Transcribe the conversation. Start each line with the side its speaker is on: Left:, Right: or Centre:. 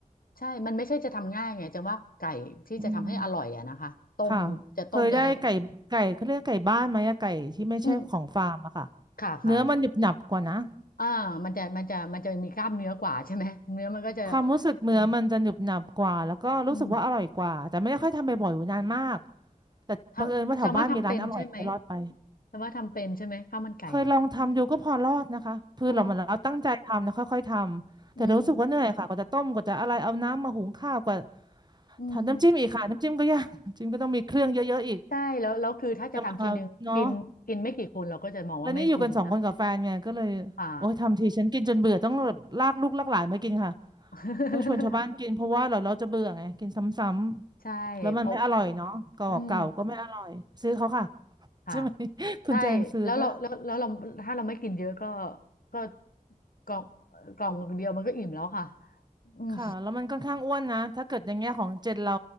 Left: ใช่ มันไม่ใช่จะทำง่ายไงจะว่าไก่ที่จะทำให้อร่อยอะนะคะ
Right: อืม
Left: ต้มจะต้มจะอะไร
Right: ค่ะเคยได้ไก่ไก่เขาเรียกไก่บ้านไหมอะไก่ที่ไม่ใช่ของฟาร์มอะค่ะ
Left: อืมค่ะค่ะ
Right: เนื้อมันหนึบหนับกว่านะ
Left: อ่ามันจะมันจะมันจะมีกล้ามเนื้อกว่าใช่ไหมเนื้อมันก็จะ
Right: ความรู้สึกเนื้อมันจะหนึบหนับกว่าแล้วก็รู้สึกว่าอร่อยกว่าแต่ไม่ได้ค่อยทำบ่อยๆอยู่นานมาก
Left: อืมอืม
Right: แต่บังเอิญว่าแถวบ้านมีร้านอร่อยก็รอดไป
Left: ทำจำว่าทำเป็นใช่ไหมจำว่าทำเป็นใช่ไหมข้าวมันไก่เนี่ย
Right: เคยลองทำดูก็พอรอดนะคะคือเรามาเราตั้งใจทำนะค่อยๆทำแต่รู้สึกว่าเหนื่อยค่ะกว่าจะต้มกว่าจะอะไรเอาน้ำมาหุงข้าวกว่า
Left: อ๋ออืมอืม
Right: ทำน้ำจิ้มอีกค่ะน้ำจิ้มก็ยากน้ำจิ้มก็ต้องมีเครื่องเยอะๆอีก
Left: ใช่แล้วแล้วคือถ้าจะทำทีนึงกินกินไม่กี่คนเราก็จะมองว่าไม่คุ้มนะ
Right: จะมาเนาะ แล้วนี่อยู่กันสองคนกับแฟนไงก็เลย
Left: อ่า
Right: โอ้ยทำทีฉันกินจนเบื่อต้องแบบลากลูกลากหลานมากินค่ะ
Left: <laughs>
Right: ต้องชวนชาวบ้านกินเพราะว่าเราเราจะเบื่อไงกินซ้ำๆแล้วมันไม่อร่อยเนาะเก่าเก่าก็ไม่อร่อยซื้อเขาค่ะ
Left: ใช่เพราะอืม ค่ะ
Right: ใช่ไหม <laughs> คุณแจงซื้อป่ะ
Left: ใช่แล้วเราแล้วแล้วเราถ้าเราไม่กินเยอะก็ก็กล่องกล่องเดียวมันก็อิ่มแล้วค่ะอืม
Right: ค่ะแล้วมันค่อนข้างอ้วนนะถ้าเกิดอย่างเงี้ยของเจนเรา